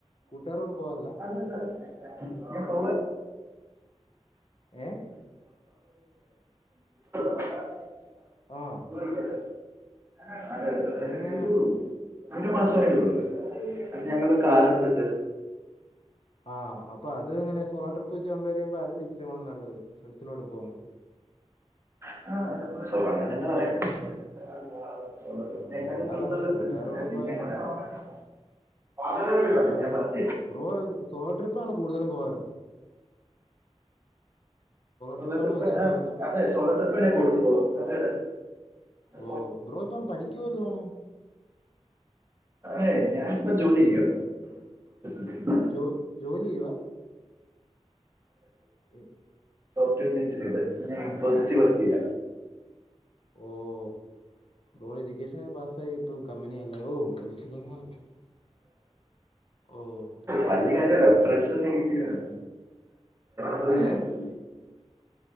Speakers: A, on the left (about 55°); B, on the right (about 20°).
A: കൂട്ടാരോട് കൂടെ പോവാറില്ല
B: അല്ല അല്ല
A: ഏ
B: <unintelligible> <unintelligible>
A: ആഹ്
B: <unintelligible>
A: അതെങ്ങനെ
B: ഒരു ഒരു മാസമായിട്ട ഒള്ളു ഞങ്ങള് കാറ്‌ എടുത്തിട്ട്
A: ആഹ് അപ്പ അത് അങ്ങനെ സോളോട്രിപ്പ് വെച്ച് കമ്പയെറ് ചെയ്യുമ്പോ അത് അല്ലെ ഇച്ചിരി കൂടെ നല്ലത് ഫ്രണ്ട്സിന്റെ കൂടെ പോകുമ്പോ
B: <unintelligible> അങ്ങനെ തന്നെ പറയും <unintelligible>
A: ആ അതാ പറഞ്ഞെ കൂട്ടുകാരുടെ കൂടെ പോയാ
B: <unintelligible>
A: ബ്രോ സോളോ ട്രിപ്പാണോ കൂടുതലും പോവാറ്
B: സോളോ
A: ട്രിപ്പാണ്
B: ട്രിപ്പ്‌
A: അധികം
B: ആഹ്
A: കൂടുതലും
B: അതെ സോളോ ട്രിപ്പ്‌ തന്നെയാ കൂടുതൽ പോകും <unintelligible> <unintelligible>
A: ഓ ബ്രോ ഇപ്പം പഠിക്കുവ വല്ലോണോ
B: ഏഹ് ഞാനിപ്പ ജോലി ചെയ്യുവാ <unintelligible>
A: ജോ ജോലി ചെയ്യുവാ ഏ
B: സോഫ്റ്റവെയർ എൻജിനിയറ് ഇൻഫോസിസി വർക്ക് ചെയ്യാ
A: ഓഹ് ബ്രോ എജൂക്കേഷൻ പാസായി ഇപ്പോം കമ്പനിയാല്ലേ ഓ <unintelligible> ഓഹ്
B: വല്ല്യ കാര്യല്ല ഫ്രണ്ട്സ് ഒക്കെ വീട്ടി വരും <unintelligible>
A: ഏഹ്
B: <unintelligible>